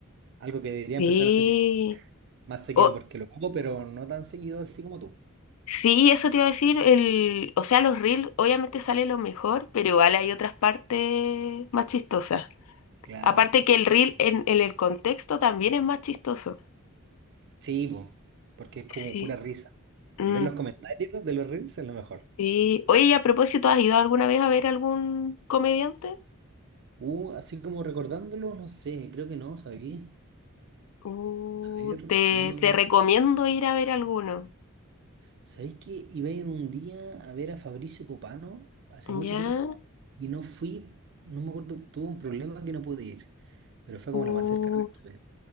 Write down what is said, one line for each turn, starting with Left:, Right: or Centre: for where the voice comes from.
Right: algo que debería empezar
Left: Sí.
Right: a hacer más seguido
Left: O,
Right: porque lo hago, pero no tan seguido así como tú.
Left: sí, eso te iba a decir. El, o sea, los reels obviamente sale lo mejor, pero igual hay otras partes más chistosas.
Right: Claro,
Left: Aparte que el reel en, en el contexto también es más chistoso.
Right: sí, po, porque es como
Left: Sí.
Right: pura risa.
Left: Mm,
Right: Y ver los comentarios de los reels es lo mejor.
Left: sí. Oye, y a propósito, ¿has ido alguna vez a ver algún comediante?
Right: Uh, así como recordándolo, no sé, creo que no, sabéis
Left: Uh,
Right: A ver,
Left: te,
Right: poniéndome.
Left: te recomiendo ir a ver alguno.
Right: ¿Sabéis que iba a ir un día a ver a Fabricio Copano hace mucho
Left: ¿Ya?
Right: tiempo y no fui, no me acuerdo, tuve un problema que no pude ir, pero fue
Left: Uh,
Right: como lo más cercano que estuve.